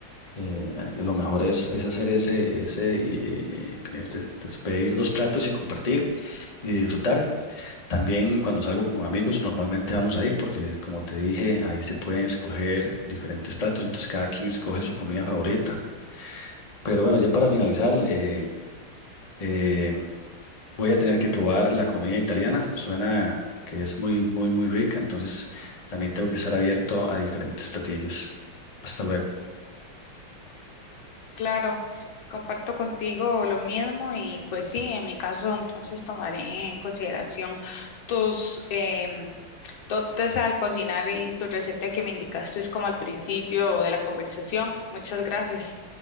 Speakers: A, on the left; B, on the left.
A: Eh, eh, lo mejor es, es hacer ese, ese, eh, es- es- es pedir dos platos y compartir y disfrutar. También cuando salgo con amigos, normalmente vamos ahí porque, como te dije, ahí se pueden escoger diferentes platos, entonces cada quien escoge su comida favorita. Pero bueno, ya para finalizar, eh, eh, voy a tener que probar la comida italiana. Suena que es muy, muy, muy rica, entonces también tengo que estar abierto a diferentes platillos. Hasta luego.
B: Claro, comparto contigo lo mismo y pues sí, en mi caso entonces tomaré en consideración tus em, dotes al cocinar y tu receta que me indicaste como al principio de la conversación. Muchas gracias.